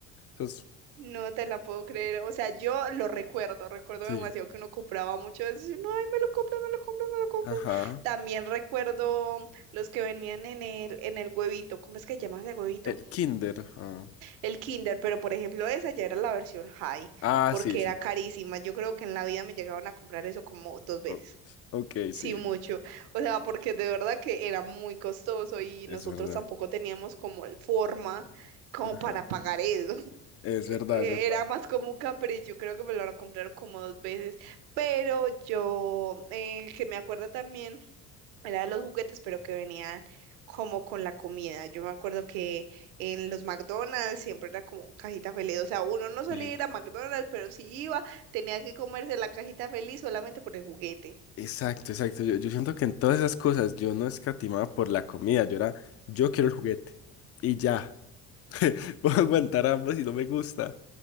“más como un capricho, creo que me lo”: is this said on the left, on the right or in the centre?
Right